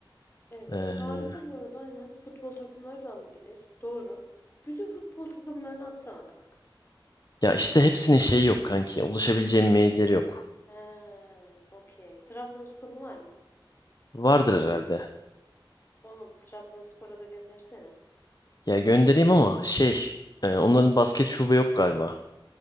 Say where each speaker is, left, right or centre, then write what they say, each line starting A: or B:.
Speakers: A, on the left (about 25°); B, on the left (about 50°).
A: Evet
B: Ee,
A: harika bu arada aynen. Futbol takımları da alabilir. Doğru. Bütün futbol takımlarını atsana kanka.
B: Ya işte hepsinin şeyi yok kanki. Ulaşabileceğim mailleri yok.
A: He, okey. Trabzonspor'un var mı?
B: Vardır herhalde.
A: Oğlum Trabzonspor'a da göndersene.
B: Ya göndereyim ama şey, e, onların basket şube yok galiba.